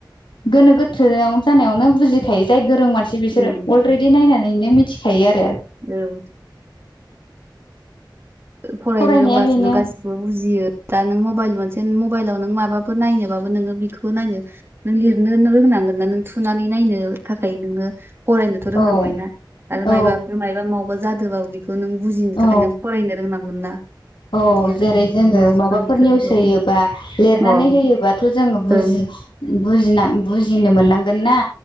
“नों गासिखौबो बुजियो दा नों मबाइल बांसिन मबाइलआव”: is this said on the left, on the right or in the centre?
Right